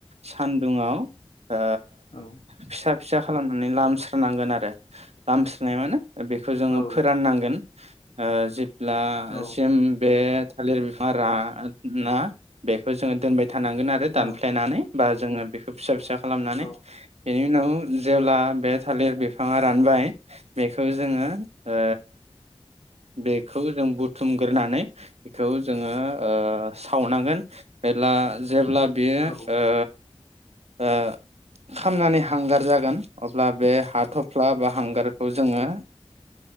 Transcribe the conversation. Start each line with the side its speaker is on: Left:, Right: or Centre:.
Right: सान्दुंङाव ओ
Left: औ
Right: फिसा फिसा खालामनानै लामस्रोनांगोन आरो लामस्रोनाय माने बेखौ जोङो
Left: औ
Right: फोराननांगोन आ जे ब्ला
Left: औ
Right: सिम बे थालिर बिफां रा ना बेखौ जोङो दोनबाय थानांगोन आरो
Left: औ
Right: दानफ्लेनानै बा जोङो बेखौ फिसा फिसा खालामनानै
Left: औ
Right: बेनि उनाव जेब्ला बे थालिर बिफाङा रानबाय बेखौ जोङो ओ बेखौ जों बुथुमग्रोनानै बेखौ जोङो ओ सावनांगोन मेरला जेब्ला बेयो
Left: औ
Right: ओ ओ खालामनानै हांगार जागोन अब्ला बे हाथ' फ्ला बा हांगारखौ जोङो